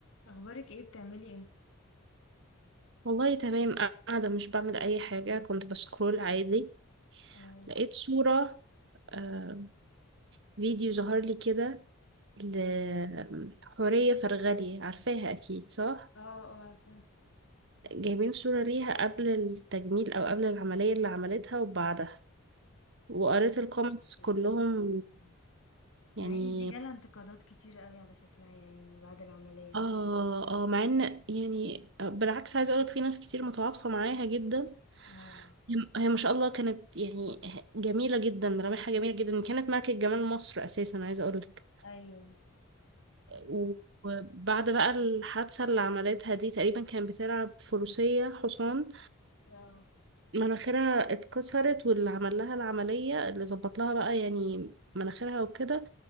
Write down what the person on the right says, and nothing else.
والله تمام قاعدة مش بعمل أي حاجة كنت بسكرول عادي
لقيت صورة آه فيديو ظهر لي كده لحورية
فرغلي عارفاها أكيد صح؟
جايبين صورة ليها قبل التجميل أو قبل العملية اللي عملتها وبعدها وقريت
الكومنتس
كلهم
يعني
اه اه مع ان يعني بالعكس عايزه اقولك في ناس كتير متعاطفه معاها جدا
هي هي ما شاء الله كانت يعني جميله جدا ملامحها جميله جدا كانت ملكه جمال مصر اساسا عايزه اقولك
و- وبعد بقى الحادثه اللي عملتها دي تقريبا كانت بتلعب فروسيه حصان
فمناخيرها اتكسرت واللي عمل لها العمليه اللي ظبط لها بقى يعني مناخيرها وكده